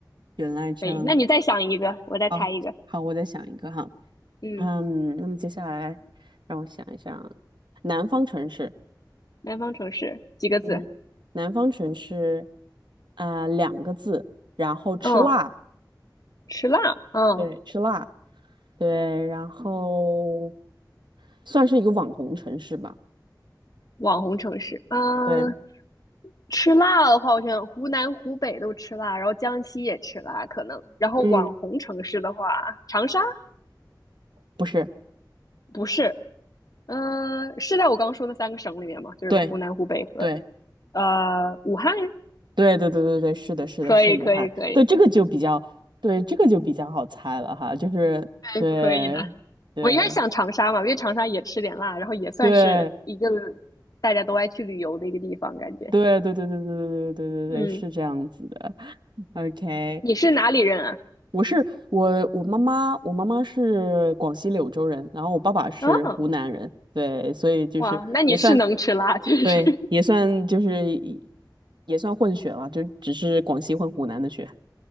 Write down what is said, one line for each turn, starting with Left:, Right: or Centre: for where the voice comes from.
Right: 原来这样，
Left: 北，那你再想一个，我再猜一个，
Right: 好好，我再想一个哈。
Left: 嗯，
Right: 嗯，那么接下来让我想一想，南方城市，
Left: 南方城市几个字？
Right: 嗯，南方城市，呃，两个字，然后吃辣，
Left: 嗯，吃辣，嗯，
Right: 对，吃辣，对，然后算是一个网红城市吧，
Left: 网红城市，嗯，
Right: 对，
Left: 吃辣的话，我想湖南、湖北都吃辣，然后江西也吃辣，可能。然后网红城市的话，
Right: 嗯，
Left: 长沙
Right: 不是，
Left: 不是，嗯，是在我刚说的三个省里面吗？就是湖南、
Right: 对，
Left: 湖北和
Right: 对，
Left: 呃武汉，
Right: 对，对，对，对，对，是的，是的，
Left: 可以，
Right: 是武汉，
Left: 可以，可以，
Right: 对，这个就比较，对，这个就比较好猜了哈，就是对，
Left: 对，可以的。
Right: 对，
Left: 我应该想长沙嘛，因为长沙也吃点辣，然后也算是一个
Right: 对，
Left: 大家都爱去旅游的一个地方，感觉。
Right: 对，对，对，对，对，对，对，对，
Left: 嗯，
Right: 对，对，是这样子的。OK，
Left: 你是哪里人啊？
Right: 我是我我妈妈，我妈妈是广西柳州人，然后我爸爸是湖南人，
Left: 哦，
Right: 对，所以就是也算，
Left: 哇，那你是能吃辣，就是。
Right: 对，也算就是一也算混血了，就只是广西混湖南的血。